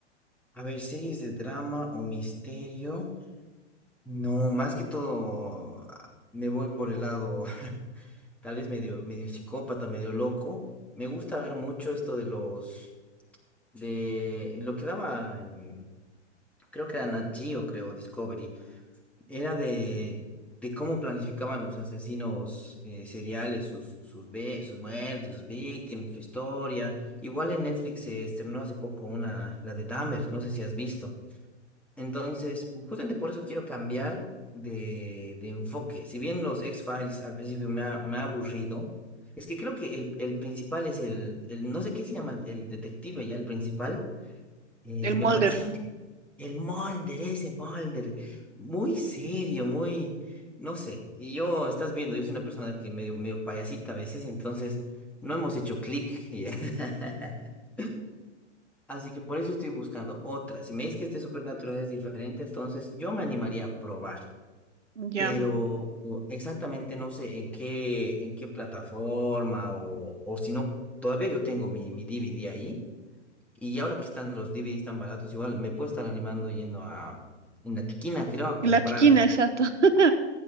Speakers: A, in the centre; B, on the right.
A: A ver, series de drama o misterio. No, más que todo ah, me voy por el lado, <laughs> tal vez medio, medio psicópata, medio loco. Me gusta ver mucho esto de los, de lo que daba en, creo que era Nat Geo, creo, Discovery. Era de, de cómo planificaban los asesinos eh, seriales, sus, sus, ve- sus muertes, sus víctimas, su historia. Igual en Netflix se estrenó hace poco una, la de Dahmer, no sé si has visto. Entonces, justamente por eso quiero cambiar de, de enfoque. Si bien los X-Files al principio me ha, me ha aburrido, es que creo que el, el principal es el, el, no sé qué se llama, el, el detective ya, el principal. eh,
B: El
A: me
B: Mulder,
A: parecía un tipo el Mulder, ese Mulder, muy serio, muy, no sé. Y yo, estás viendo, yo soy una persona que medio, medio payasita a veces, entonces no hemos hecho clic. y- <laughs> Así que por eso estoy buscando otra. Si me dices que este Supernatural es diferente, entonces yo me animaría a probar.
B: ya.
A: Pero o, exactamente no sé en qué, en qué plataforma o, o si no, todavía yo tengo mi, mi DVD ahí. Y ahora que están los DVDs tan baratos, igual me puedo estar animando yendo a en la tiquina, creo, a comprarme.
B: La tiquina, exacto. <laughs>